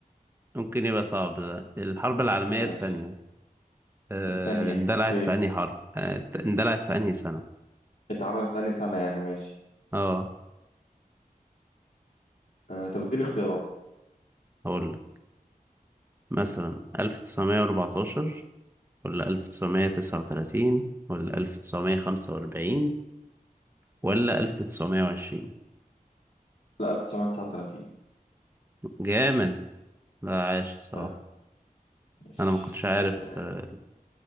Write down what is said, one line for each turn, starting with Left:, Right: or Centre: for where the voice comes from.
Right: ممكن يبقى صعب ده الحرب العالميه
Left: ماشي
Right: الثانيه إيه
Left: التانية
Right: اندلعت
Left: اوكي
Right: في انهي حرب آه، اندلعت في انهي سنه
Left: اتعملت في أنهي سنه يعني ماشي
Right: اه
Left: آه طب اديني اختيارات
Right: هقول لك مثلا 1914 ولا 1939 ولا 1945 ولا 1920
Left: لا 1939
Right: جامد لا عايش الصراحة
Left: آه، ماشي
Right: أنا ما كنتش عارف
Left: آه،
Right: آه،